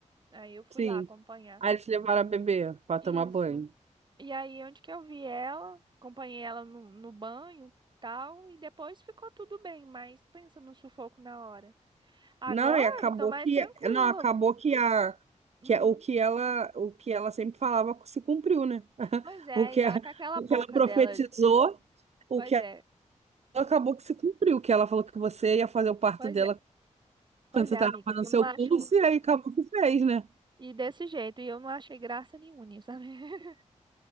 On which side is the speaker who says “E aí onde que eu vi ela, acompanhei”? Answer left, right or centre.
Right